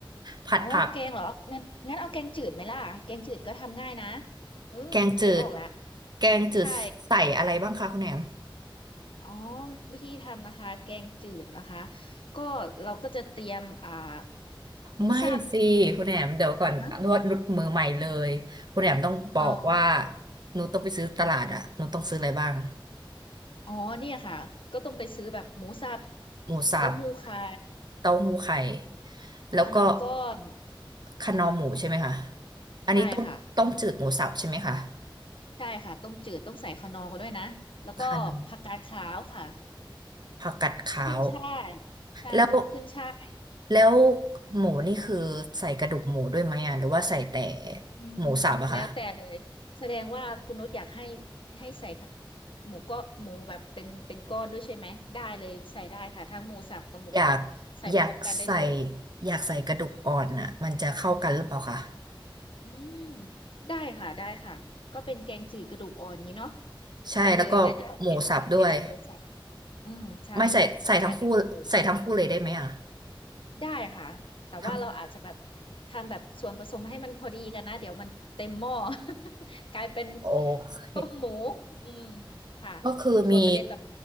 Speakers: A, on the right; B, on the left.
A: ผัดผัก
B: อ๋อแกงเหรองั้นงั้นเอาแกงจืดไหมล่ะ แกงจืดก็ทำง่ายนะอืมนึกออกแล้ว
A: แกงจืดแกงจืดใส่อะไรบ้างคะคุณแหนม
B: ใช่อ๋อวิธีทำนะคะแกงจืดนะคะ ก็เราก็จะเตรียมอ่าหมูสับ
A: ไม่สิคุณแหนมเดี๋ยวก่อนนวดนุดมือใหม่เลยคุณแหนมต้องบอกว่า
B: ฮะอ๋อ
A: หนูต้องไปซื้อตลาดอ่ะหนูต้องซื้ออะไรบ้าง
B: อ๋อเนี่ยค่ะ ก็ต้องไปซื้อแบบหมูสับ
A: หมูสับ
B: เต้าหู้ไข่
A: เต้าหู้ไข่แล้วก็
B: ขนอร์ก้อน
A: คะนอหมูใช่ไหมคะอันนี้ต้มต้มจืดหมูสับใช่ไหมคะ
B: ใช่ค่ะใช่ค่ะต้มจืดต้องใส่ขนอร์กันด้วยนะ แล้วก็ผักกาดขาวค่ะ
A: คะนอผักกัดขาว
B: ขึ้นฉ่ายใช่ค่ะขึ้นฉ่าย
A: แล้วแล้วหมูนี่คือใส่กระดูกหมูด้วยไหมอ่ะหรือว่าใส่แต่
B: อืมแล้วแต่เลยแสดงว่าคุณนุชอยากให้
A: หมูสับอะคะ
B: ให้ใส่ขะหมูก็หมูแบบเป็นเป็นก้อนด้วยใช่ไหมได้เลยใส่ได้ค่ะทั้งหมูสับกับหมูก้อนใส่พร้อมกันได้เลย
A: อยากอยากใส่อยากใส่กระดูกอ่อนน่ะมันจะเข้ากันหรือเปล่าคะ
B: อืมได้ค่ะได้ค่ะก็เป็นแกงจืดกระดูกอ่อนนี้เนาะ
A: ใช่แล้วก็หมูสับด้วย
B: ได้เลยงั้นก็เปลี่ยนเปลี่ยนจากหมูสับอืมใช่ค่ะได้แบบนั้นเลย
A: ไม่ใส่ใส่ทั้งคู่ใส่ทั้งคู่เลยได้ไหมอ่ะ
B: ได้ค่ะแต่ว่าเราอาจจะแบบ
A: ทั้ง
B: ทำแบบส่วนผสมให้มันพอดีกันนะเดี๋ยวมันเต็มหม้อ <laughs> กลายเป็น
A: โอเค
B: ต้มหมูอืมค่ะ
A: ก็คือมี
B: ส่วนประเด็นส